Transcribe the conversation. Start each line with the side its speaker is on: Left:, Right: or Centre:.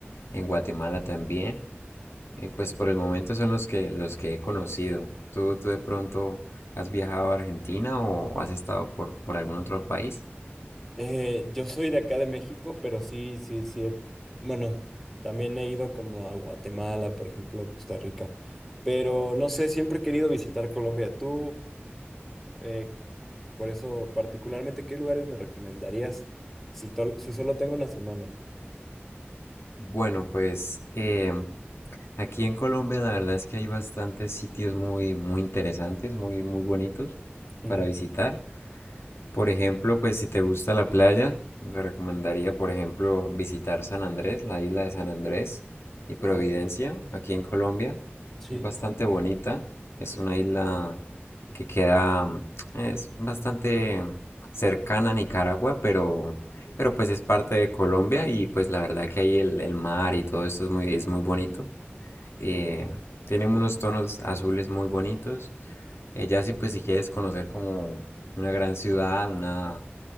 Left: en Guatemala también. Eh, pues por el momento son los que, los que he conocido. ¿Tú, tú de pronto has viajado a Argentina o has estado por, por algún otro país?
Centre: Eh, yo soy de acá de México, pero sí, sí, sí. he- Bueno, también he ido como a Guatemala, por ejemplo, Costa Rica. Pero no sé, siempre he querido visitar Colombia. Tú, eh, por eso, particularmente, ¿qué lugares me recomendarías si, tol- si solo tengo una semana?
Left: Bueno, pues eh, Aquí en Colombia la verdad es que hay bastantes sitios muy, muy interesantes, muy, muy bonitos
Centre: Ujú.
Left: para visitar. Por ejemplo, pues si te gusta la playa, te recomendaría, por ejemplo, visitar San Andrés, la isla de San Andrés y Providencia,
Centre: Ah, per-
Left: aquí en Colombia.
Centre: sí,
Left: Es bastante bonita, es una isla que queda, mm, es bastante cercana a Nicaragua, pero, pero pues es parte de Colombia y pues la verdad que ahí el, el mar y todo eso es muy, es muy bonito. Eh, tienen unos tonos azules muy bonitos. Eh, ya si pues si quieres conocer como una gran ciudad, una